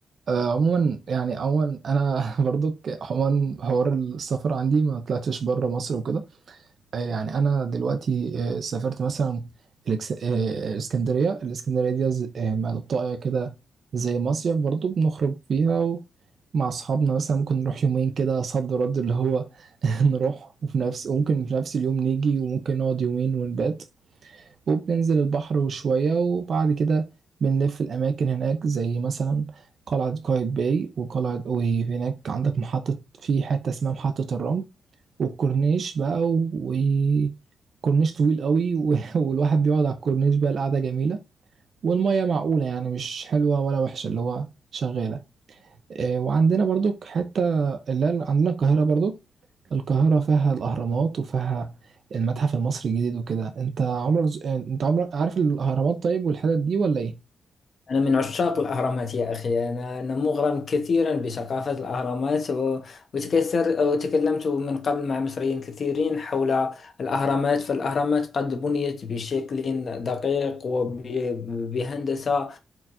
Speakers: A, on the right (about 60°); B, on the left (about 50°).
A: آه، عموما يعني عموما انا <laughs> برضك عموما حوار السفر عندي ما طلعتش بره مصر وكده آه، يعني انا دلوقتي آه، سافرت مثلا الإكس- آه، الاسكندريه الاسكندريه دي ز- آه، منطقه كده زي مصيف برضو بنخرج فيها و- مع اصحابنا مثلا ممكن نروح يومين كده صد رد اللي هو <laughs> نروح وفي نفس وممكن في نفس اليوم نيجي وممكن نقعد يومين ونبات وبننزل البحر وشوية وبعد كده بنلف الأماكن هناك زي مثلا قلعة قايتباي وقلعة وهناك عندك محطة في حتة اسمها محطة الرمل والكورنيش بقى وكورنيش طويل قوي و- <laughs> والواحد بيقعد على الكورنيش بقى القعدة جميلة والمية معقولة يعني مش حلوة ولا وحشة اللي هو شغالة آه، وعندنا برضو حتة اللي هي عندنا القاهرة برضو القاهرة فيها الأهرامات وفيها المتحف المصري الجديد وكده انت عمرك ز... آه، انت عمرك عارف الأهرامات طيب والحتت دي ولا ايه؟
B: أنا من عشاق الأهرامات يا أخي أنا أنا مغرم كثيرا بثقافة الأهرامات و- وتكثر وتكلمت من قبل مع مصريين كثيرين حول الأهرامات فالأهرامات قد بنيت بشكل دقيق وبهندسة